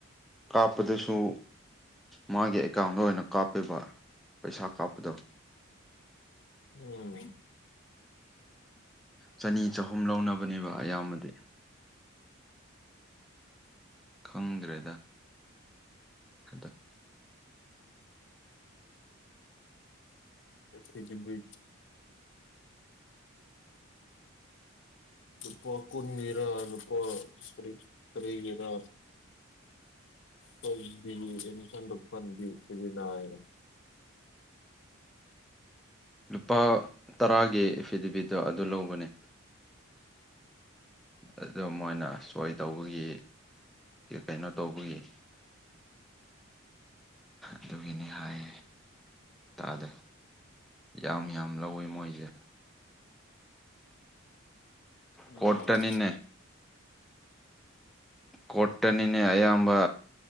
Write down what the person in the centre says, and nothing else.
ꯀꯥꯞꯄꯗꯁꯨ ꯃꯥꯒꯤ ꯑꯦꯀꯥꯎꯟꯗ ꯑꯣꯏꯅ ꯀꯥꯞꯄꯕ ꯄꯩꯁꯥ ꯀꯥꯞꯄꯗꯣ
ꯆꯅꯤ ꯆꯍꯨꯝ ꯂꯧꯅꯕꯅꯦꯕ ꯑꯌꯥꯝꯕꯗꯤ ꯈꯪꯗ꯭ꯔꯦꯗ ꯑꯗ <unintelligible>
ꯂꯨꯄꯥ ꯇꯔꯥꯒꯤ ꯑꯦꯐꯤꯗꯦꯕꯤꯠꯇꯣ ꯑꯗꯨ ꯂꯧꯕꯅꯦ ꯑꯗꯨ ꯃꯣꯏꯅ ꯁꯣꯏ ꯇꯧꯕꯒꯤ ꯀꯩꯅꯣ ꯇꯧꯕꯒꯤ ꯑꯗꯨꯒꯤꯅꯤ ꯍꯥꯏ ꯇꯥꯗꯦ ꯌꯥꯝ ꯌꯥꯝ ꯂꯧꯋꯤ ꯃꯣꯏꯁꯦ
ꯀꯣꯔꯠꯇꯅꯤꯅꯦ ꯀꯣꯔꯠꯇꯅꯤꯅꯦ ꯑꯌꯥꯝꯕ